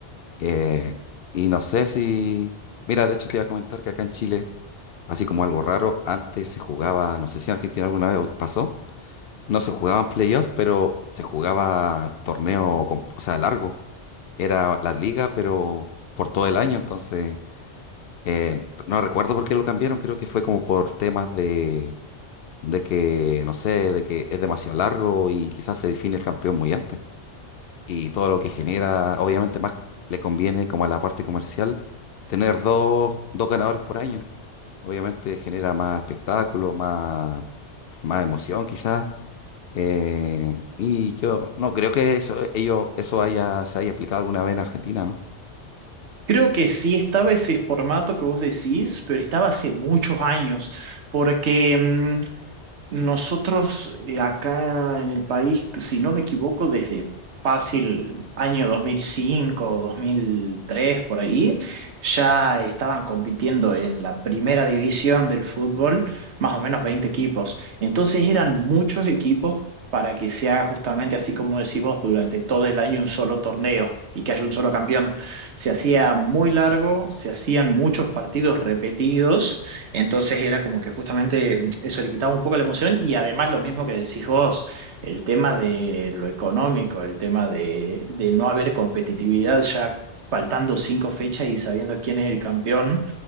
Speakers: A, on the left; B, on the right.
A: Eh, y no sé si... Mira, de hecho te iba a comentar que acá en Chile, así como algo raro, antes se jugaba, no sé si en Argentina alguna vez pasó no se jugaban playoffs, pero se jugaba torneo, com- o sea, largo. Era la liga, pero por todo el año. Entonces, eh, no recuerdo por qué lo cambiaron. Creo que fue como por temas de, de que, no sé, de que es demasiado largo y quizás se define el campeón muy antes. Y todo lo que genera, obviamente, más le conviene como a la parte comercial tener dos, dos ganadores por año. Obviamente genera más espectáculo, más, más emoción quizás. Eh, y yo no creo que eso, ellos, eso haya, se haya aplicado alguna vez en Argentina, ¿no?
B: Creo que sí estaba ese formato que vos decís, pero estaba hace muchos años, porque mm, nosotros eh, acá en el país, si no me equivoco, desde fácil año dos dos mil cinco, dos mil tres por ahí, ya estaban compitiendo en la primera división del fútbol, más o menos 20 equipos. Entonces eran muchos equipos para que se haga justamente así como decís vos, durante todo el año un solo torneo y que haya un solo campeón. Se hacía muy largo, se hacían muchos partidos repetidos. Entonces era como que justamente eso le quitaba un poco la emoción y además lo mismo que decís vos, el tema de lo económico, el tema de, de no haber competitividad ya faltando cinco fechas y sabiendo quién es el campeón,